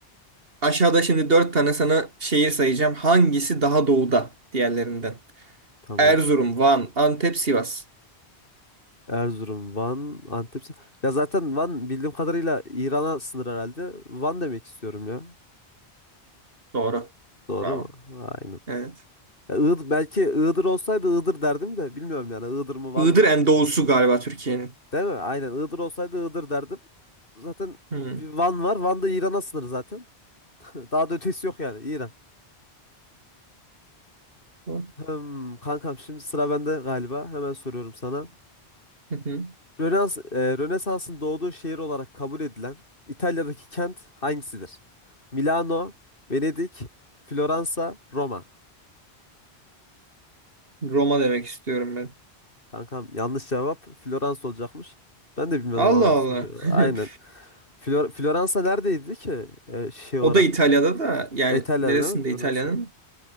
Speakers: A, on the right; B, on the left.
A: aşağıda şimdi dört tane sana şehir sayacağım. Hangisi daha doğuda diğerlerinden?
B: Tamam.
A: Erzurum, Van, Antep, Sivas.
B: Erzurum, Van, Antep. Ya zaten Van bildiğim kadarıyla İran'a sınır herhalde. Van demek istiyorum ya.
A: Doğru.
B: Doğru
A: Bravo.
B: mu? Aynen.
A: Evet.
B: Ya Iğdır, belki Iğdır olsaydı Iğdır derdim de bilmiyorum yani Iğdır mı Van
A: Iğdır
B: mı?
A: en doğusu galiba Türkiye'nin.
B: Değil mi? Aynen Iğdır olsaydı Iğdır derdim. Zaten bir
A: Hmm.
B: Van var. Van da İran'a sınır zaten. <laughs> Daha da ötesi yok yani İran.
A: Hı
B: Hmm, kankam şimdi sıra bende galiba. Hemen soruyorum sana.
A: hı.
B: Rönans, e, Rönesans'ın doğduğu şehir olarak kabul edilen İtalya'daki kent hangisidir? Milano, Venedik, Floransa, Roma.
A: Roma demek istiyorum ben.
B: Kankam yanlış cevap. Floransa olacakmış. Ben de bilmiyordum
A: Allah
B: abi
A: Allah.
B: bu soruyu.
A: <laughs>
B: Aynen. Flor Floransa neredeydi ki E, şey olarak?
A: O da İtalya'da da yani
B: E, İtalya'da
A: neresinde
B: değil mi Floransa?
A: İtalya'nın?